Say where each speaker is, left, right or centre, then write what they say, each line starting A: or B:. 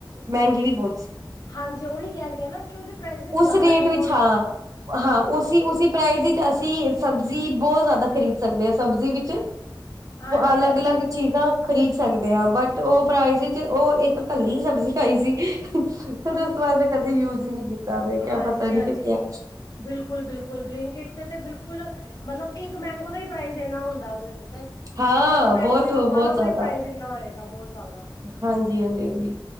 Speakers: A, on the right; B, on the left.
A: ਮਹਿੰਗੀ ਵੀ ਬਹੁਤ ਸੀ।
B: ਹਾਂਜੀ ਉਹੀ ਕਹਿ ਰਹੀ ਆ ਨਾ ਕਿ ਉਹਦੇ ਪ੍ਰਾਈਸਿਸ ਜ਼ਿਆਦਾ
A: ਉਸ ਰੇਟ
B: ਨੇ
A: ਵਿੱਚ
B: ਕੋਲ
A: ਹਾਂ, ਹਾਂ, ਉਸੀ, ਉਸੀ ਪ੍ਰਾਈਸ ਵਿੱਚ ਅਸੀਂ ਸਬਜ਼ੀ ਬਹੁਤ ਜ਼ਿਆਦਾ ਖਰੀਦ ਸਕਦੇ ਆਂ, ਸਬਜ਼ੀ ਵਿੱਚ
B: ਹਾਂਜੀ-ਹਾਂਜੀ
A: ਅਲੱਗ-ਅਲੱਗ ਚੀਜ਼ਾਂ, ਖ਼ਰੀਦ ਸਕਦੇ ਹਾਂ, ਬਟ ਉਹ ਪ੍ਰਾਈਸ ਚ ਉਹ ਇੱਕ ਕੱਲੀ ਸਬਜ਼ੀ ਆਈ ਸੀ, ਫਿਰ ਪਰ ਮੈਂ ਕਦੇ ਯੂਜ ਹੀ ਨਹੀਂ ਕੀਤਾ। ਮੈਂ ਕਿਹਾ
B: ਹਾਂਜੀ-ਹਾਂਜੀ,
A: ਪਤਾ ਨੀ ਫਿਰ ਕਿਆ
B: ਬਿਲਕੁਲ-ਬਿਲਕੁਲ ਬਲਿੰਕਿੱਟ 'ਤੇ ਬਿਲਕੁਲ ਮਤਲਬ ਇੱਕ ਮੈਂਗੋ ਦਾ ਹੀ ਪ੍ਰਾਈਸ ਇੰਨਾ ਹੁੰਦਾ ਉਹਦੇ 'ਤੇ
A: ਹਾਂ
B: ਇੱਕ ਮੈਂਗੋ
A: ਬਹੁਤ-ਬਹੁਤ
B: ਹੀ ਮੰਗਵਾਉਣਾ, ਉਹਦਾ
A: ਜ਼ਿਆਦਾ
B: ਹੀ ਪ੍ਰਾਈਜ਼ ਇੰਨਾ ਹੋਏਗਾ। ਬਹੁਤ ਜ਼ਿਆਦਾ
A: ਹਾਂਜੀ-ਹਾਂਜੀ-ਹਾਂਜੀ,